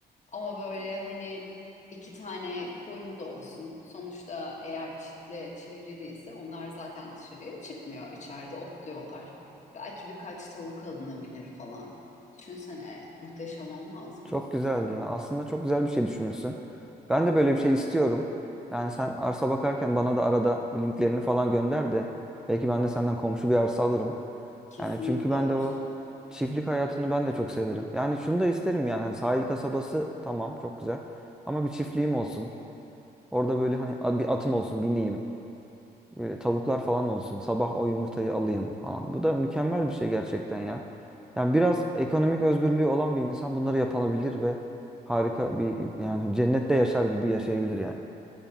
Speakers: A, on the left; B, in the centre.
A: Ama böyle hani iki tane koyun da olsun. Sonuçta eğer çitle çevriliyse onlar zaten dışarıya çıkmıyor. İçeride otluyorlar. Belki birkaç tavuk alınabilir falan. Düşünsene muhteşem olmaz mı?
B: Çok güzel ya. Aslında çok güzel bir şey düşünmüşsün. Ben de böyle bir şey istiyorum. Yani sen arsa bakarken bana da arada linklerini falan gönder de belki ben de senden komşu bir arsa alırım.
A: Kesinlikle
B: Yani çünkü ben
A: olur.
B: de o çiftlik hayatını ben de çok severim. Yani şunu da isterim yani hani sahil kasabası tamam çok güzel ama bir çiftliğim olsun. Orada böyle hani a- bir atım olsun bineyim e, tavuklar falan olsun. Sabah o yumurtayı alayım falan. Bu da mükemmel bir şey gerçekten ya. Yani biraz ekonomik özgürlüğü olan bir insan bunları yapabilir ve harika bir yani cennette yaşar gibi yaşayabilir yani.